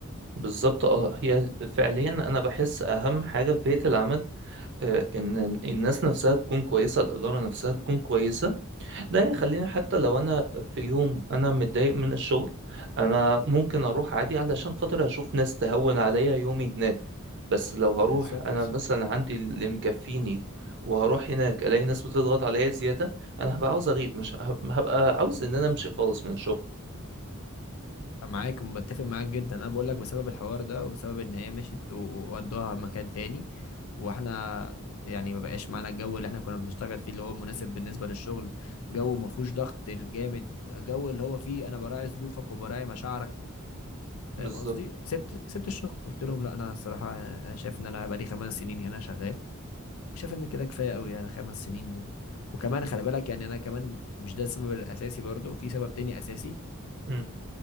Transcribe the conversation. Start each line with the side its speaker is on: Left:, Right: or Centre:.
Right: بالظبط اه هي فعليا انا بحس اهم حاجه في بيئه العمل آه، ان ال- الناس نفسها تكون كويسه الاداره نفسها تكون كويسه ده يخليني حتى لو انا في يوم انا متضايق من الشغل انا ممكن اروح عادي علشان خاطر اشوف ناس تهون عليا يومي هناك بس لو هروح
Left: بالظبط
Right: انا مثلا عندي اللي مكفيني وهروح هناك الاقي ناس بتضغط عليا زياده انا هبقى عاوز اغيب مش هب- هبقى عاوز ان انا امشي خالص من الشغل
Left: معاك ومتفق معاك جدا انا بقول لك بسبب الحوار ده وبسبب ان هي مشيت و- و- وودوها مكان تاني واحنا يعني ما بقاش معانا الجو اللي احنا كنا بنشتغل فيه اللي هو مناسب بالنسبه للشغل جو ما فيهوش ضغط الجامد جو اللي هو فيه انا براعي ظروفك وبراعي مشاعرك
Right: بالظبط
Left: فاهم قصدي سبت سبت الشغل قلت لهم لا انا الصراحه انا شايف ان انا بقالي خمس سنين هنا شغال وشايف ان كده كفايه قوي يعني خمس سنين و... وكمان خلي بالك يعني انا كمان مش ده السبب الاساسي برضو في سبب تاني اساسي
Right: مم.